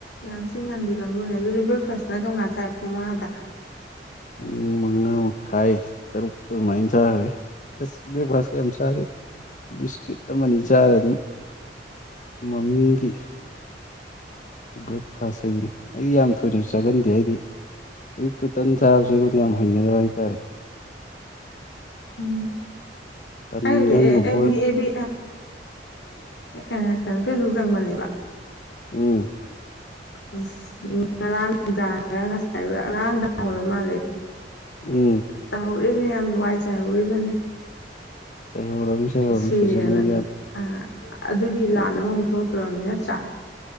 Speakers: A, on the left; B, on the left.
A: ꯌꯥꯝ ꯊꯤ ꯉꯟꯕꯤ ꯀꯥꯡꯕꯨꯅꯦ ꯑꯗꯨꯗꯤ ꯕ꯭ꯔꯦꯛꯐꯥꯁꯅ ꯀꯔꯝ ꯀꯥꯟ ꯆꯥꯏ ꯄꯨꯡ ꯃꯉꯥꯗ
B: ꯄꯨꯡ ꯃꯉꯥ ꯃꯈꯥꯏ ꯇꯔꯨꯛ ꯑꯗꯨꯃꯥꯏꯅ ꯆꯥꯔꯦ ꯑꯁ ꯕ꯭ꯔꯦꯛꯐꯥꯁꯀ ꯌꯥꯝ ꯆꯥꯗꯦ ꯕꯤꯁꯀ꯭ꯋꯤꯠ ꯑꯃꯅꯤ ꯆꯥꯔ ꯑꯗꯨꯝ ꯃꯃꯤꯡꯒꯤ ꯕ꯭ꯔꯦꯛꯐꯥꯁ ꯍꯥꯏꯗꯨꯅꯤ ꯑꯩꯗꯤ ꯌꯥꯝ ꯊꯣꯏꯅ ꯆꯥꯒꯟꯗꯦ ꯑꯩꯗꯤ ꯑꯌꯨꯛꯇ ꯇꯟ ꯆꯥꯕꯁꯦ ꯑꯩꯈꯣꯏꯗꯤ ꯌꯥꯝ ꯍꯩꯅꯗꯕ ꯍꯥꯏꯇꯥꯔꯦ
A: ꯎꯝ
B: ꯇꯟꯒꯪꯒꯨꯝꯕ
A: ꯑꯩꯗꯤ ꯑꯦꯕꯤ ꯑꯦꯕꯤ ꯑ ꯀꯩꯅꯣ ꯐꯦꯁꯕꯨꯛ ꯆꯪꯕꯅꯦꯕ
B: ꯎꯝ
A: ꯑ ꯉꯔꯥꯡ ꯅꯨꯡꯗꯥꯡꯔ ꯉꯁꯥꯏꯔ ꯉꯔꯥꯡ ꯅꯨꯡꯗꯥꯡ ꯑꯣꯏꯔ ꯃꯥꯜꯂꯦ
B: ꯎꯝ
A: ꯇꯥꯎ ꯌꯥꯝ ꯋꯥꯏ ꯆꯥꯏ ꯍꯧꯔꯤꯕꯅꯤ
B: ꯆꯩꯍꯧꯔꯝꯃꯤ ꯆꯩꯍꯧꯔꯝꯃꯤ
A: ꯁꯤꯔꯦꯅ
B: ꯁꯣꯁꯦꯜ ꯃꯦꯗꯤꯌꯥꯗ
A: ꯑ ꯑꯗꯨꯒꯤ ꯂꯥꯟ
B: ꯑꯗꯨ
A: ꯑꯃꯃꯨꯛ ꯊꯣꯛꯂꯛꯇꯣꯏꯔꯝꯅꯤ ꯆꯥ